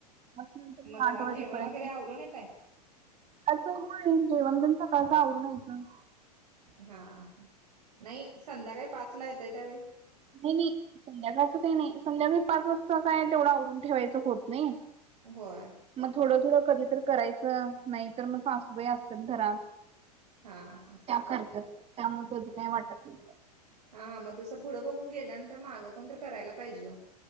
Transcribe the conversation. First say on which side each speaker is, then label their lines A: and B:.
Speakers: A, on the right; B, on the right.
A: पाच नंतर मग
B: घरात
A: आठ वाजेपर्यंत!
B: जेवण वगैरे आवरून येताय
A: आताने वंद गचा कसावूनयेत!
B: हा ह नाही संध्याकाळी पाच ला येतय त्यावेळी.
A: नाही नाही संध्याकाळचं काही नाही संध्याकाळी पाच वाजता काय तेवढं आवरून ठेवायचं होत नाही.
B: होय
A: मग थोडं थोडं कधी तर करायचं नाही तर मग सासूबाई असतात घरात!
B: हां हां
A: त्या करतात त्यामुळे त्या काही वाटत नाही.
B: हा मग तसं पुढं बघून गेल्यानंतर मागं कोण तर करायला पाहिजे हो.